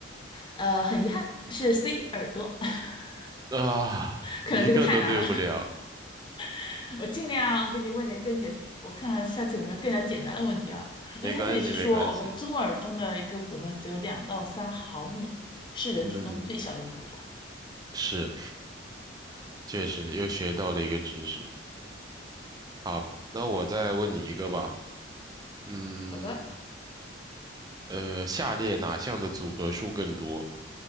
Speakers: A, on the left; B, on the right.
A: 呃，很遗憾是 C 耳朵，<laughs>
B: 啊，
A: 可能这个太难了。
B: 一个都对不了，
A: <laughs> 我尽量给你问点更简，我看看下次有没有更加简单的问题啊？
B: 没关系，
A: 因为它这里是说我们中耳中的一个骨头只有两到三毫米，
B: 没关系。
A: 是人体中最小的骨头。
B: 嗯，是，确实又学到了一个知识。好，那我再问你一个吧。嗯，
A: 好的，
B: 呃，下列哪项的组合数更多